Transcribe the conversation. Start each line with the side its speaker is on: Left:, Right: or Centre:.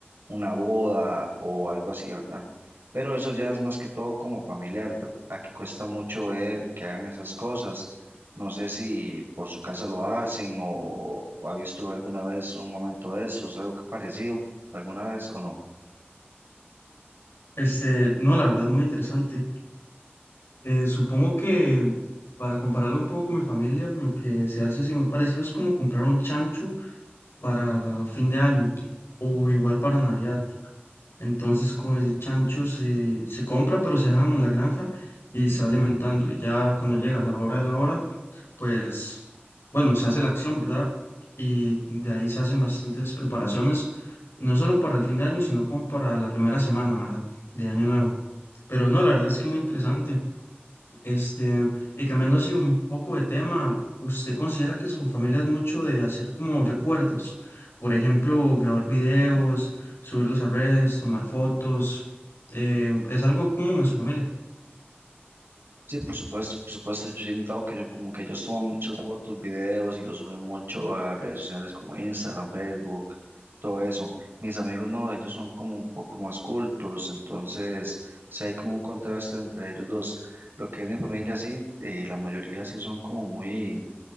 Right: una boda o algo así, ¿verdad? Pero eso ya es más que todo como familiar. ¿ver- Aquí cuesta mucho ver que hagan esas cosas. No sé si por su casa lo hacen o, o ha visto alguna vez un momento de esos, algo que parecido alguna vez o no.
Left: Este, no, la verdad, muy interesante. Eh, supongo que para compararlo un poco con mi familia, lo que se hace así muy parecido es como comprar un chancho para fin de año o igual para Navidad. Entonces con ese chancho se, se compra, pero se dejan en la granja y se va alimentando. Y ya cuando llega la hora de la hora, pues bueno, se hace la acción, ¿verdad? Y de ahí se hacen bastantes preparaciones, no solo para el fin de año, sino como para la primera semana, ¿verdad? De año nuevo. Pero no, la verdad es que muy interesante. Este, y cambiando así un poco de tema, ¿usted considera que su familia es mucho de hacer como recuerdos? Por ejemplo, grabar videos, subirlos a redes, tomar fotos. eh, ¿es algo común en su familia?
Right: Sí, por supuesto, por supuesto. Yo siento que yo, como que ellos toman muchas fotos, videos y los suben mucho a redes sociales como Instagram, Facebook, todo eso. Mis amigos no, ellos son como un poco más cultos, entonces sí hay como un contraste entre ellos dos. Lo que es mi familia, sí, eh, la mayoría sí son como muy,